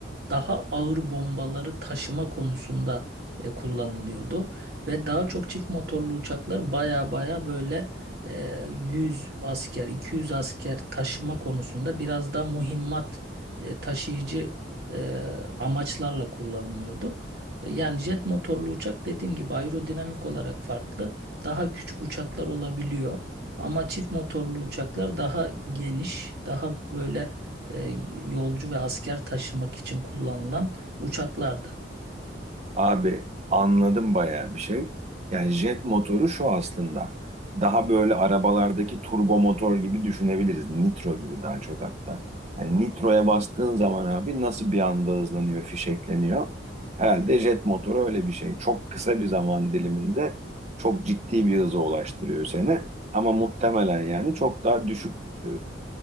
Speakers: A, on the right (about 60°); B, on the right (about 40°).
A: daha ağır bombaları taşıma konusunda e, kullanılıyordu. Ve daha çok çift motorlu uçaklar baya baya böyle e, 100 asker, 200 asker taşıma konusunda biraz daha mühimmat e, taşıyıcı e, amaçlarla kullanılıyordu. E, Yani jet motorlu uçak dediğim gibi aerodinamik olarak farklı. Daha küçük uçaklar olabiliyor. Ama çift motorlu uçaklar daha geniş, daha böyle e, yolcu ve asker taşımak için kullanılan uçaklardı.
B: Abi anladım bayağı bir şey. Yani jet motoru şu aslında. Daha böyle arabalardaki turbo motor gibi düşünebiliriz. Nitro gibi daha çok hatta. Yani nitroya bastığın zaman abi nasıl bir anda hızlanıyor, fişekleniyor. Herhalde jet motoru öyle bir şey. Çok kısa bir zaman diliminde çok ciddi bir hıza ulaştırıyor seni. Ama muhtemelen yani çok daha düşük e,